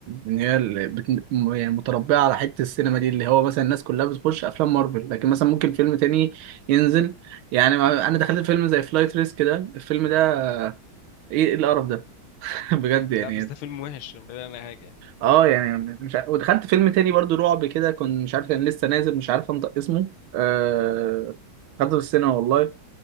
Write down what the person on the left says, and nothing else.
لا بس ده فيلم وحش بعيد عن اي حاجة يعني